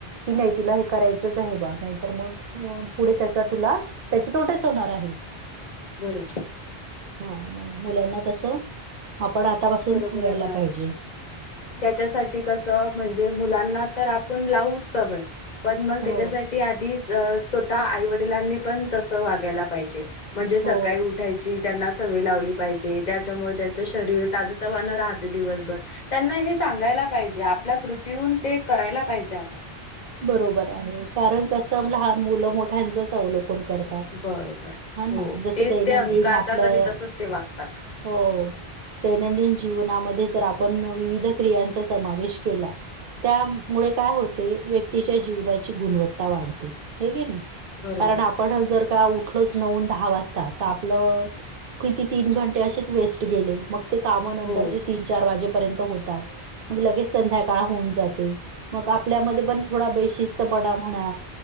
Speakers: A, on the right; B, on the left.
A: कि नाही तुला हे करायचंच आहे बा. नाही तर मग पुढे त्याचा तुला त्याचे तोटेच होणार आहे.
B: बरोबर
A: हं मग मुलांना तसं आपण आतापासून
B: बरोबर
A: सांगायला
B: आहे मॅम,
A: पाहिजे
B: त्याच्यासाठी कसं म्हणजे मुलांना तर आपण लावूच सवय, पण मग
A: हो
B: त्याच्यासाठी आधी स्वतः आई वडलांनी पण तस वागायला पाहिजे, म्हणजे सकाळी
A: हो
B: उठायची त्यांना सवय लावली पाहिजे त्याच्यामुळे त्यांचं शरीर ताज तवानं राहते दिवसभर त्यांना हे सांगायला पाहिजे. आपल्या कृतीहून ते करायला पाहिजे. आता
A: बरोबर आहे कारण कसं लहान मुलं मोठ्यांचच अवलोकन करतात.
B: बरोबर
A: हा ना
B: हो
A: जसं
B: तेच
A: दैनंदिन
B: ते अंगीकारतात
A: आपलं
B: आणि तसच ते वागतात
A: हो दैनंदिन जीवनामध्ये जर आपण विविध क्रियांचा समावेश केला. त्यामुळे काय होते व्यक्ती तिच्या जीवनाची गुणवत्ता वाढते हे की नाही
B: बरोबर
A: कारण आपण जर उठलच नऊ आणि दहा वाजता तर आपलं किती तीन घंटे असेच वेस्ट गेले मग ते काम नंतर
B: हो
A: जी तीन चार वाजेपर्यंत होतात. मग लगेच संध्याकाळ होऊन जाते, मग आपल्यामध्ये पण थोडा बेशिस्त पणा म्हणा